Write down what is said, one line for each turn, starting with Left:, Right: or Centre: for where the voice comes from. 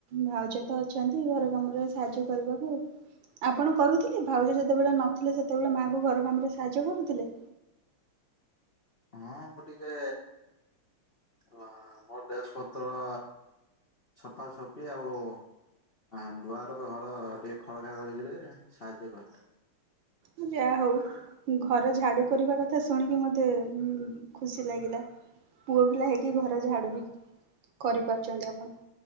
Right: ଭାଉଜ ତ ଅଛନ୍ତି ଘର କାମରେ ସାହାଯ୍ୟ କରିବାକୁ। ଆପଣ କରୁଥିଲେ, ଭାଉଜ ଯେତେବେଳେ ନଥିଲେ, ସେତେବେଳେ ମାଆଙ୍କୁ ଘର କାମରେ ସାହାଯ୍ୟ କରୁଥିଲେ?
Left: ହଁ, ମୁଁ ଟିକେ ମୋ ଡ୍ରେସ ପତର ଛପା ସପି ଆଉ ଆଁ ଦୁଆର ଘର ଟିକେ ଖଡକା ଖଡକିରେ ସାହାଯ୍ୟ କରିଥାଏ।
Right: ମୁଁ ଯା ହଉ। ଘର ଝାଡୁ କରିବା କଥା ଶୁଣିକି ମତେ ଖୁସି ଲାଗିଲା। ପୁଅ ପିଲା ହେଇକି ଘର ଝାଡୁ ବି, କରିପାରୁଚନ୍ତି ଆପଣ।